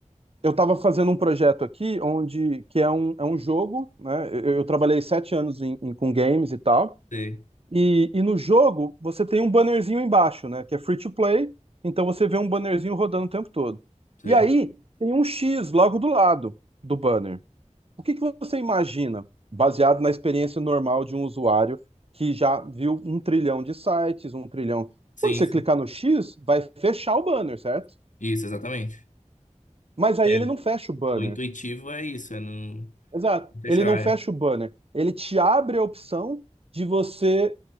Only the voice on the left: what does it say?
Sei,
sei.
Sim,
sim.
Isso, exatamente.
É,
o intuitivo é isso, é não
fechar.